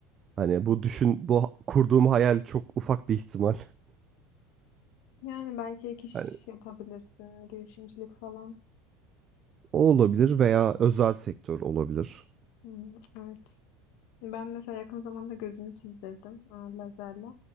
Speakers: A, on the right; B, on the left.
A: Hani bu düşün bu ha- kurduğum hayal çok ufak bir ihtimal. <laughs>
B: Yani belki ek iş
A: Hani
B: yapabilirsin. Girişimcilik falan.
A: o olabilir veya özel sektör olabilir.
B: Hmm, evet. Ben mesela yakın zamanda gözümü çizdirdim e, lazerle.